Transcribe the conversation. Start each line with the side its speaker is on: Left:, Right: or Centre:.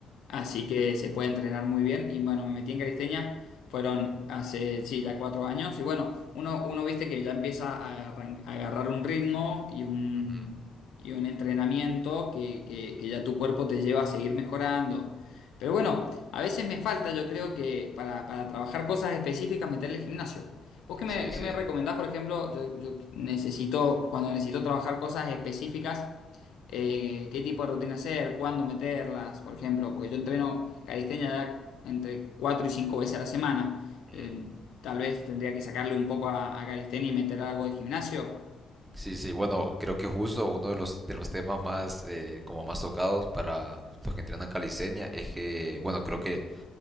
Left: así que se puede entrenar muy bien. Y bueno, me metí en calistenia. Fueron hace, sí, ya cuatro años. Y bueno, uno, uno viste que ya empieza a, arran- a agarrar un ritmo y un,
Right: ujú,
Left: y un entrenamiento que, que- que ya tu cuerpo te lleva a seguir mejorando. Pero bueno, a veces me falta, yo creo que para, para trabajar cosas específicas, meterle gimnasio. ¿Vos qué me,
Right: Sí,
Left: qué
Right: sí,
Left: me recomendás, por ejemplo? Yo, yo necesito, cuando necesito trabajar cosas específicas eh, qué tipo de rutina hacer, cuándo meterlas, por ejemplo, porque yo entreno calistenia ya entre 4 y 5 veces a la semana.
Right: ujú.
Left: Eh, tal vez tendría que sacarle un poco a, a calistenia y meter algo de gimnasio.
Right: Sí, sí, bueno, creo que justo uno de los, de los temas más, eh, como más tocados para los que entrenan calistenia es que, bueno, creo que,